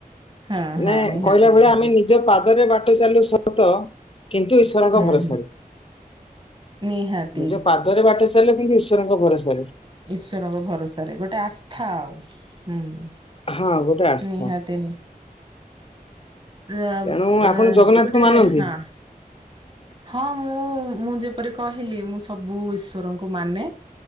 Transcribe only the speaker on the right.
ହଁ ହଁ
ନିହାତି
ନିହାତି
ହୁଁ
ହୁଁ ନିହାତି
ଈଶ୍ଵରଙ୍କ ଭରସାରେ ଗୋଟେ ଆସ୍ଥା ଆଉ। ହୁଁ
ନିହାତି ନି ଅ
ଅ
ଗୋଟେ
ହଁ। ହଁ ମୁଁ ମୁଁ ଯେପରି କହିଲି ମୁଁ ସବୁ ଈଶ୍ୱରଙ୍କୁ ମାନେ।